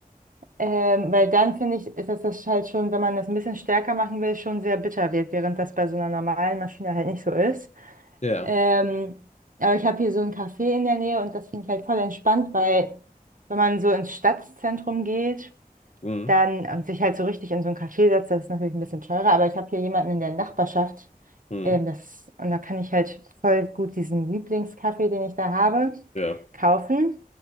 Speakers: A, on the right; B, on the left.
A: ähm, weil dann finde ich, ist das, das halt schon, wenn man das ein bisschen stärker machen will, schon sehr bitter wird, während das bei so einer normalen Maschine halt nicht so ist.
B: Ja.
A: Ähm, aber ich habe hier so ein Café in der Nähe und das finde ich halt voll entspannt, weil wenn man so ins Stadtzentrum geht,
B: Mhm.
A: dann und sich halt so richtig in so ein Café setzt, das ist natürlich ein bisschen teurer, aber ich habe hier jemanden in der Nachbarschaft,
B: Mhm.
A: ähm, das, und da kann ich halt voll gut diesen Lieblingskaffee, den ich da habe,
B: Ja.
A: kaufen.